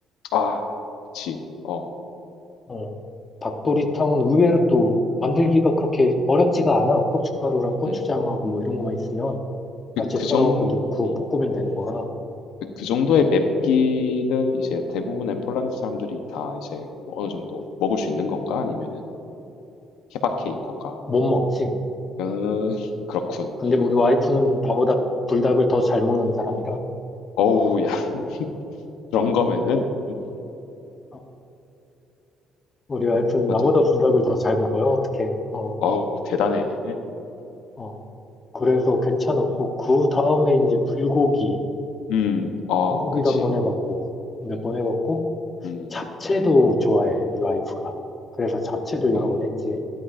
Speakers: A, on the left (about 80°); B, on the left (about 25°).
A: 아, 그치. 어,
B: 어, 닭도리탕은 의외로 또 만들기가 그렇게 어렵지가 않아. 고춧가루랑 고추장하고
A: 음.
B: 뭐 이런 것만 있으면
A: 그,
B: 야채
A: 그
B: 썰어갖고
A: 정,
B: 넣고
A: 음.
B: 볶으면 되는 거라
A: 그그 정도의 맵기는 이제 대부분의 폴란드 사람들이 다 이제 뭐 어느 정도 먹을 수 있는 건가? 아니면은 케바케인 건가?
B: 못 먹지.
A: 음, <laughs> 그렇군.
B: 근데 우리 와이프는
A: 음.
B: 나보다 불닭을 더 잘 먹는 사람이라,
A: 어우, 야, <laughs> 그런 거면은,
B: 어, 우리 와이프는
A: 맞아.
B: 나보다 불닭을
A: 음.
B: 더 잘 먹어요. 어떻게? 어,
A: 어우, 대단해.
B: 어. 그래서 괜찮았고,
A: 어.
B: 그 다음에
A: 음,
B: 이제 불고기,
A: 음, 어,
B: 불고기도
A: 그치.
B: 한번 해봤고, 몇
A: 음,
B: 번 해봤고,
A: 음.
B: 잡채도 좋아해, 우리 와이프가. 그래서 잡채도 여러
A: 어,
B: 번 했지.